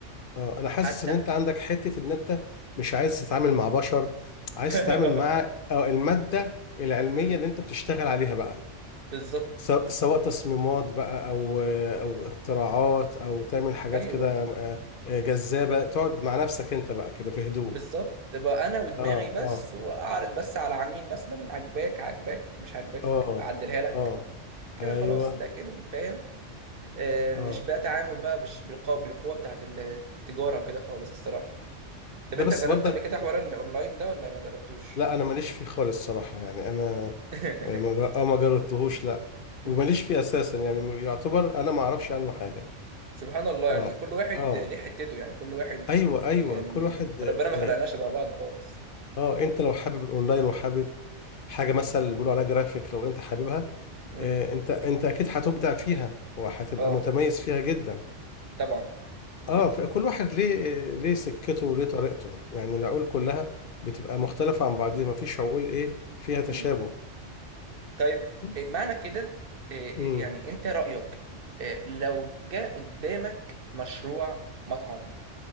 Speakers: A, on the left (about 55°); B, on the right (about 50°).
A: اه انا حاسس
B: حتى
A: ان انت عندك حتة ان انت مش عايز تتعامل مع بشر عايز
B: <laughs>
A: تتعامل مع آه، المادة العلمية
B: مم،
A: اللي انت بتشتغل عليها بقى
B: بالظبط
A: سواء سواء تصميمات بقى او آه، او اختراعات او تعمل حاجات
B: ايوه
A: كده آه، آه، جذابة تقعد مع نفسك انت بقى كده في هدوء
B: بالظبط تبقى انا ودماغي
A: اه
B: بس
A: اه
B: واعرض بس على عميل مثلا عجباك عجباك مش عجباك
A: اه
B: اعدلها لك
A: اه
B: كده
A: ايوه
B: خلاص لكن فاهم آه،
A: اه
B: مش بقى تعامل بقى بش... بالقوة... بالقوة بتاعت التجارة وكده خالص الصراحة طب
A: ده
B: انت
A: بس
B: جربت
A: برضه
B: قبل كده حوار الاونلاين ده ولا ما جربتوش
A: لا انا ماليش فيه خالص صراحة يعني انا
B: <laughs>
A: آه، ما جر- آه، ما جربتهوش لا
B: مم.
A: وماليش فيه اساسا يعني م- يعتبر انا ما اعرفش عنه حاجه
B: سبحان الله
A: اه
B: يعني كل واحد
A: اه
B: ليه حتته يعني كل واحد
A: ايوه ايوه
B: يعني
A: كل واحد اه,
B: ربنا ما خلقناش شبه بعض خالص
A: آه انت لو حابب الاونلاين وحابب حاجه مثلا اللي بيقولوا عليها جرافيك لو انت حاببها
B: امم
A: آه انت انت اكيد هتبدع فيها وهتبقى
B: اه
A: متميز فيها جدا
B: طبعا
A: اه
B: امم
A: فكل واحد ليه آه، ليه سكته وليه طريقته يعني العقول كلها بتبقى مختلفه عن بعضيها ما فيش عقول ايه فيها تشابه
B: امم طيب
A: بس
B: إيه معنى كده إيه
A: امم
B: يعني انت رأيك إيه لو جاء قدامك مشروع مطعم